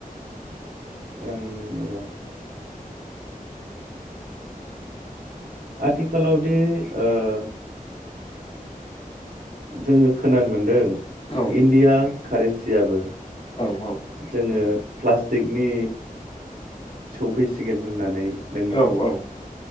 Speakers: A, on the right; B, on the left.
A: ओं र' आथिखालावदि ओ- जोङो खोनानो मोनदों।
B: औ
A: इन्डिया। कारेनसियाबो
B: औ औ
A: जोङो प्लास्टिकनि सौफैसिगोन होननानै नों
B: औ औ